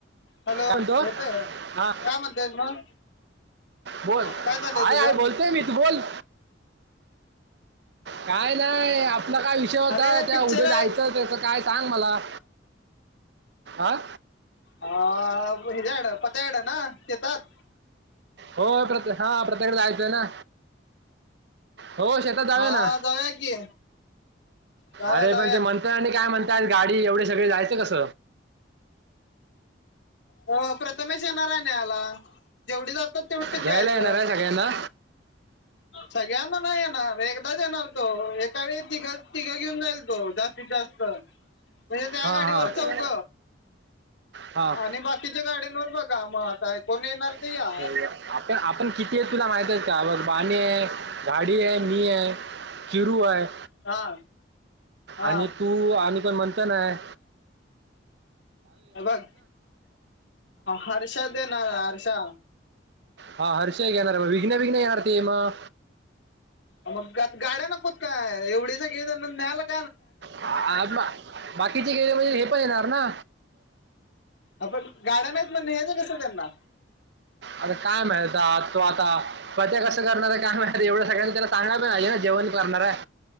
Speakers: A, on the left; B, on the right.
A: हॅलो
B: कायणतो
A: येतोय
B: हा
A: काय म्हणतेस मग
B: बोल
A: काय चाललंय
B: आय
A: तुझं
B: आय बोलतोय मी तू बोल काय नाही आपला काय विषय होता
A: अरे
B: त्या
A: पिक्चर
B: उद्या जायचं त्याचं काय सांग मला आं
A: ह्याच्याकडं पत्याकडं ना तेेतात
B: हो प्रत्य हा प्रत्येकडे जायचंय ना हो शेतात जावया
A: हा
B: ना
A: जाऊया की जाऊया
B: अरे
A: जाऊया
B: पण ते म्हणतय आणि काय म्हणत त्यात गाडी एवढे सगळे जायचं कस.
A: हो प्रथमेश येणार आहे न्ह्यायला जेवढी जात तर तेवढीच
B: घ्यायला
A: जायच
B: येणार आहे सगळ्यांना
A: सगळ्यांना नाही येणार एकदा येणार तो एका वेळी तिघ तिघं घेऊन जाईल तो जास्तीत जास्त म्ह त्या
B: हां
A: गाडीवर
B: हां
A: चौघ
B: हां
A: आणि बाकीच्या गाड्यांंवर बघा मग आताय कोणी येणार ते
B: हो
A: या
B: आपण, <unintelligible> आपण किती आहे तुला माहित आहे का बघ बाने गाडी आहेै मी है चिरू आहेै.
A: हा हा
B: आणि तू आणि कोण म्हणत नाय
A: हे बघ हर्षा दे ना हर्षा
B: हा हर्ष एक घ येणार म विघ्न विघ्न येणार ते मग
A: मगता गाड्या नकोत काय एवढी स गे न्यायला लाग
B: आज बाकीचे गेले म्हणजे हे पण येणार ना
A: आपण गाड्या नाहीत मग न्यायचं कसं त्यांना
B: आता काय माहीत आता तो आता पत्या कसं करणार आहे काय मा एवढं सगळ्यांनी त्याला चांगणार पण नाहीे ना जेवण करणार आहे